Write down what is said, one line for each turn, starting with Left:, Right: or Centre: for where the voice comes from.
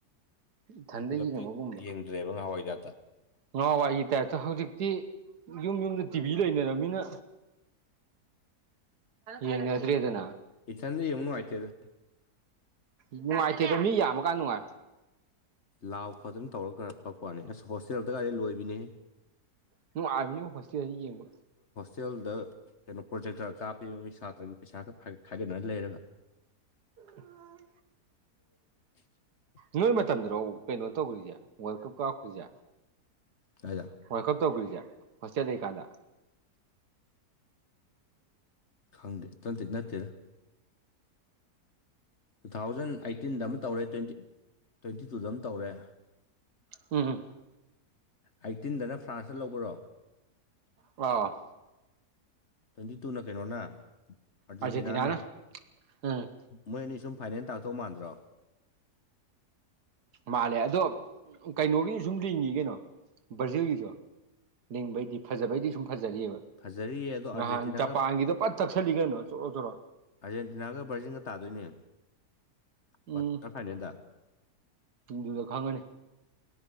Right: ꯏꯊꯟꯗ
Left: ꯃꯤ ꯄꯨꯂꯞꯛꯇꯤ
Right: ꯌꯦꯡꯕꯒꯨꯝꯕ
Left: ꯌꯦꯡꯗ꯭ꯔꯦꯕ ꯉꯍꯋꯥꯏꯗ
Right: ꯉꯍꯥꯟꯋꯥꯏꯒꯤ ꯇꯥꯏꯞꯇ ꯍꯧꯖꯤꯛꯇꯤ ꯌꯨꯝ ꯌꯨꯝꯗ ꯇꯤꯚꯤ ꯂꯩꯅꯔꯕꯅꯤꯅ ꯌꯦꯉꯗ꯭ꯔꯔꯤ ꯑꯗꯨꯅ
Left: ꯏꯊꯟꯗ ꯌꯦꯡꯕ ꯅꯨꯡꯉꯥꯏꯇꯦꯗ
Right: ꯅꯨꯡꯉꯥꯏꯇꯦꯕ ꯃꯤ ꯌꯥꯝꯃꯀꯥꯟ ꯅꯨꯡꯉꯥꯏ
Left: ꯂꯥꯎ ꯈꯣꯠꯇꯅ ꯇꯧꯔꯒ ꯈꯔꯛꯄꯄꯅꯤ ꯑꯁ ꯍꯣꯁꯇꯦꯜꯗ ꯒꯥꯔꯤ ꯂꯣꯏꯕꯤꯅꯦ
Right: ꯅꯅꯨꯡ ꯑꯕꯅꯦ ꯍꯣꯁꯇꯦꯜꯗꯤ ꯌꯦꯡꯕ
Left: ꯍꯣꯁꯇꯦꯜꯗ ꯀꯩꯅꯣ ꯄ꯭ꯔꯣꯖꯦꯛ ꯈꯔ ꯀꯥꯞꯄꯤꯕ ꯃꯤ ꯁꯥꯇ꯭ꯔꯒꯤ ꯄꯩꯁꯥ ꯈꯔꯒꯠ ꯈꯥꯏꯒꯠꯅ ꯂꯩꯔꯒ
Right: ꯎꯝ
Left: <inaudible>
Right: ꯅꯣꯏ ꯃꯇꯝꯗꯨꯗꯣ ꯀꯩꯅꯣ ꯇꯧꯈ꯭ꯔꯤꯁꯦ ꯋꯥꯔꯜ ꯀꯞ ꯀꯥꯞꯈ꯭ꯔꯤꯁꯦ
Left: ꯀꯥꯏꯗ
Right: ꯋꯥꯀꯞ ꯇꯧꯒꯔꯤꯖꯦ ꯍꯣꯁꯇꯦꯜ ꯂꯩꯀꯥꯗ
Left: ꯈꯪꯗꯦ ꯅꯠꯇꯦ ꯅꯠꯇꯦꯗ ꯇꯨ ꯊꯥꯎꯖꯟ ꯑꯩꯠꯇꯤꯟꯗ ꯑꯃ ꯇꯧꯔꯦ ꯇ꯭ꯋꯦꯟꯇꯤ ꯇ꯭ꯋꯦꯟꯇꯤ ꯇꯨꯗ ꯑꯃ ꯇꯧꯔꯦ
Right: ꯎꯝ
Left: ꯑꯩꯥꯏꯇꯤꯟꯗꯅ ꯐ꯭ꯔꯥꯟꯁꯇ ꯂꯧꯕꯔꯣ
Right: ꯑ
Left: ꯇ꯭ꯋꯦꯟꯇꯤ ꯇꯨꯅ ꯀꯩꯅꯣꯅ ꯑꯔꯖꯦꯟꯇꯤꯅꯥꯅ
Right: ꯑꯥꯔꯖꯦꯟꯇꯤꯅꯥꯅ ꯎꯝ
Left: ꯃꯅꯤ ꯁꯨꯝ ꯐꯥꯏꯅꯦꯜ ꯇꯥꯛꯊꯣꯛ ꯃꯥꯟꯗ꯭ꯔꯣ
Right: ꯃꯥꯜꯂꯦ ꯑꯗꯣ ꯀꯩꯅꯣꯒꯤꯁꯨ ꯁꯨꯝ ꯂꯤꯡꯉ ꯀꯩꯅꯣ ꯕ꯭ꯔꯥꯖꯤꯜꯒꯤꯁꯨ ꯂꯤꯡꯕꯗꯤ ꯐꯥꯕ ꯍꯥꯏꯗꯤ ꯁꯨꯝ ꯐꯖꯔꯤꯑꯕ
Left: ꯐꯖꯔꯤꯌꯦ ꯑꯗꯣ ꯑꯥꯔꯖꯦꯟꯇꯤꯅꯥꯒ
Right: ꯅꯍꯥꯟ ꯖꯄꯥꯟꯒꯤꯗꯣ ꯄꯠ ꯇꯛꯁꯜꯂꯤ ꯀꯩꯅꯣ ꯆꯣꯔꯣ ꯆꯣꯔꯣ
Left: ꯑꯥꯔꯖꯦꯟꯇꯤꯅꯥꯒ ꯕꯔꯖꯤꯟꯒ ꯇꯥꯗꯣꯏꯅꯦ ꯀ꯭ꯋꯥꯇꯔ
Right: ꯎꯝ
Left: ꯐꯥꯏꯅꯦꯜꯗ
Right: ꯑꯗꯨꯗ ꯈꯥꯡꯒꯅꯤ